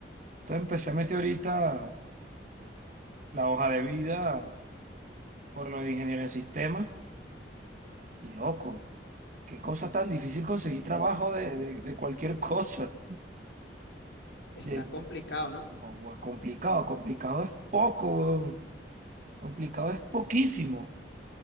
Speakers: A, on the right; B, on the left.
A: Entonces empecé a meter ahorita la hoja de vida por lo de ingeniero en sistema y loco, qué cosa tan difícil conseguir trabajo de, de de cualquier <laughs> cosa.
B: Está
A: Eh,
B: complicado, ¿no?
A: No, güey, complicado, complicado es poco, weón. Complicado es poquísimo.